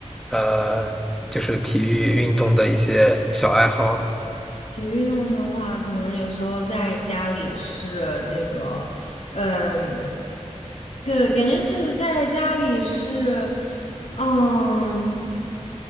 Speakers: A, in the centre; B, on the left.
A: 呃，就是体育运动的一些小爱好？
B: 体育运动的话，可能有时候在家里是这个，嗯，个感觉是在家里是，嗯。